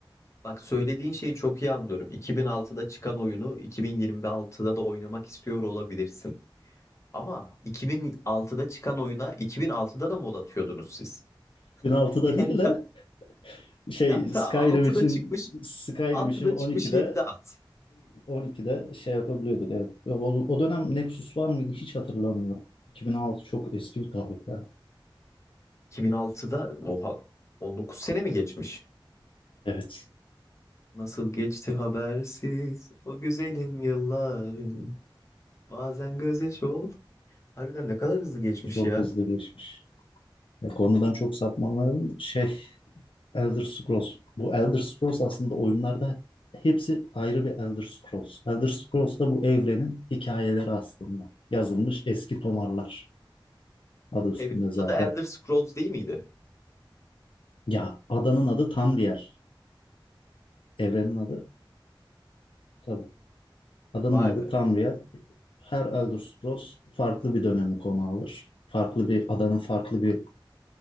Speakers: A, on the left (about 35°); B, on the left (about 75°).
A: Bak söylediğin şeyi çok iyi anlıyorum. 2006'da çıkan oyunu 2026'da da oynamak istiyor olabilirsin. Ama 2006'da çıkan oyuna 2006'da da mod atıyordunuz siz.
B: 2006'da
A: <laughs> Yani
B: değil de
A: ben,
B: Şey
A: ya
B: Skyrim
A: ta 6'da
B: için
A: çıkmış
B: Skyrim
A: 6'da
B: için 12'de
A: çıkmış 7'de at.
B: 12'de şey yapabiliyorduk evet. Ya O, o dönem Nexus var mıydı hiç hatırlamıyorum. 2006 çok eski bir tarih ya.
A: 2006'da oha 19 sene mi geçmiş?
B: Evet.
A: Nasıl geçti habersiz o güzelim yıllarım. Bazen gözyaşı ol. Harbiden ne kadar hızlı geçmiş
B: Çok
A: ya.
B: hızlı geçmiş. Ya, konudan çok sapmamayalım. Şey Elder Scrolls. Bu Elder Scrolls aslında oyunlarda hepsi ayrı bir Elder Scrolls. Elder Scrolls da bu evrenin hikayeleri aslında. Yazılmış eski tomarlar. Adı üstünde
A: Bu evrenin
B: zaten.
A: adı Elder Scrolls değil miydi?
B: Ya adanın adı Tamriel. Evrenin adı tabii. Adamın
A: Vay
B: adı
A: be.
B: Tamriel. Her Elder Scrolls farklı bir dönemi konu alır. Farklı bir adanın farklı bir